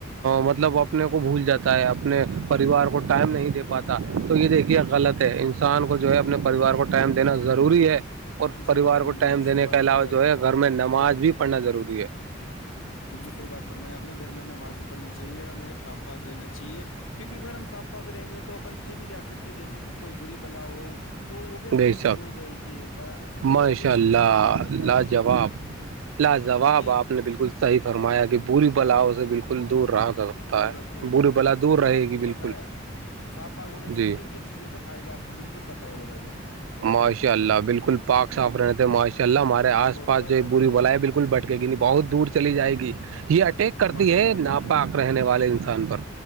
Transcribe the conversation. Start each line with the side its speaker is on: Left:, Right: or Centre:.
Right: مطلب اپنے کو بھول جاتا ہے اپنے پریوار کو ٹائم نہیں دے پاتا تو یہ دیکھیے غلط ہے انسان کو جو ہے اپنے پریوار کو ٹائم دینا ضروری ہے اور
Left: جی
Right: پریوار
Left: بھائی جان
Right: کو
Left: بالکل
Right: ٹائم دینے
Left: صحیح بات
Right: کے علاوہ
Left: بولی آپ
Right: جو
Left: نے
Right: ہے گھر میں نماز بھی پڑھنا ضروری ہے
Left: بالکل صحیح بات فرمایاپنے گھر میں نمازی پڑنی چاہیے ہم میرا شاپ پاغ رہنا چاہیے کیونکہ اگر ہم سانپ پاک رہیں گے تو اپن کھائی بھی جا سکتے ہیں جیسے کہ کوئی بری بلا ہو تو وہ بھی اپن
Right: بے شک
Left: سے دور رہے گی ایک بار آنے سے پہلے
Right: ماشاء
Left: وہ بھی
Right: اللہ
Left: سوچے گی کہ آئے یا
Right: لاجواب
Left: نہیں
Right: لاجواب
Left: کیونکہ
Right: آپ نے بالکل صحیح فرمایا کہ بورری بلاؤ
Left: آپ
Right: سے
Left: کو
Right: بالکل دور رہا سکتا
Left: دور
Right: ہے
Left: رکھے
Right: بولے بلا دور
Left: کیونکہ
Right: رہے
Left: آپ کو
Right: گی بالکل
Left: پتا ہے صاف پاک ہونے سے
Right: جی
Left: کن چیزوں سے فائدہپ کو بالکل پتا ہوگا بائی جان
Right: ماشاء اللہ بالکل پاک صاف رہ تھے ماشا اللہ ہمارے آس
Left: بہت
Right: پاس
Left: فائدہ
Right: جو بری
Left: بھائی جان
Right: ولا ہے بالکل
Left: جی جی
Right: بھٹکے
Left: بالکل
Right: گی نہیں بہت دور چلی جائے گی یہ اٹیک کرتی
Left: ماشاء
Right: ہے
Left: اللہ بالکل
Right: ناپاک رہنے والے انسان پر